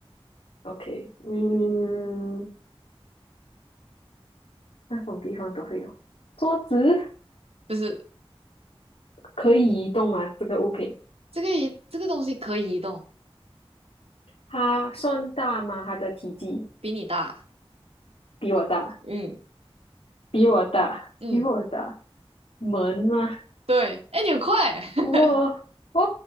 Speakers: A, on the left; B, on the right.
A: OK，嗯，那种地方都会有。桌子
B: 不是
A: 可以移动吗？这个物品
B: 这个移这个东西可以移动，
A: 它算大吗？它的体积
B: 比你大。
A: 比我大，
B: 嗯，
A: 比我大，
B: 嗯，
A: 比我大。门吗？
B: 对。哎，你很快，<laughs>
A: 哦哦